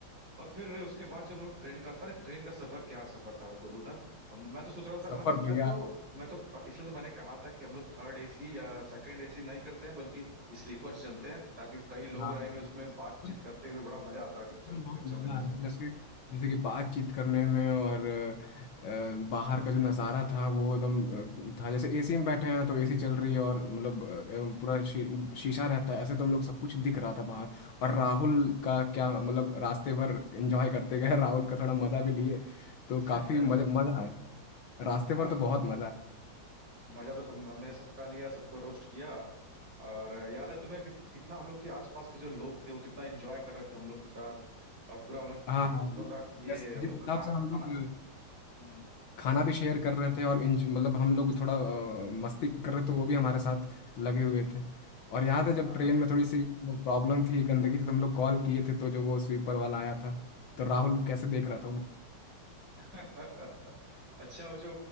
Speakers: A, on the right (about 70°); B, on the left (about 75°).
A: और फिर उसके बाद जो हम लोग ट्रेन का अरे ट्रेन का सफर क्या सफर था गोलू ना हम मैं तो सोच रहा था
B: सफर
A: मतलब मैं
B: भैया
A: तो मैं तो इसलिए तो मैंने कहा था कि हम लोग थर्ड एसी या सेकंड एसी नहीं करते हैं बल्कि स्लीपर्स चलते हैं ताकि कई लोग
B: हाँ हाँ,
A: रहेंगे उसमें
B: ये सफर
A: बातचीत करते हुए बड़ा मजा आता है चलते
B: अरे बहुत
A: हैं चलने
B: मजा
A: में
B: आया
A: से
B: जैसे जैसे कि बातचीत करने में और अ, बाहर का जो नज़ारा था वो एकदम अ, था जैसे एसी में बैठे हैं तो एसी चल रही है और मतलब अ, पूरा शी, शीशा रहता है ऐसे तो हम लोग सब कुछ दिख रहा था बाहर और राहुल का क्या मतलब रास्ते भर एंजॉय करते गए <laughs> राहुल का थोड़ा मज़ा भी लिए तो
A: <laughs>
B: काफ़ी मज़ा मज़ा आया रास्ते भर
A: अ,
B: तो बहुत
A: म-
B: मज़ा आया
A: मजा तो तुम हमने सबका लिया सबको रोस्ट किया और याद है तुम्हें कि, कितना हम लोग के आसपास के जो लोग थे वो कितना एंजॉय कर रहे थे हम लोग के साथ और पूरा हम लोग
B: हाँ
A: जो
B: हाँ
A: हम लोग का ये
B: जैसे
A: हम
B: जिस
A: लोग
B: हिसाब
A: खाना
B: से हम
A: खाना
B: लोग
A: हम्म
B: खाना भी शेयर कर रहे थे और इंज मतलब हम लोग थोड़ा अ, मस्ती कर रहे थे वो भी हमारे साथ लगे हुए थे और याद है
A: हाँ
B: जब ट्रेन में थोड़ी सी प्रॉब्लम थी गंदगी थी तो हम लोग कॉल किए थे तो जो वो स्वीपर वाला आया था तो राहुल कैसे देख रहा था उनको
A: <laughs> अच्छा वो जो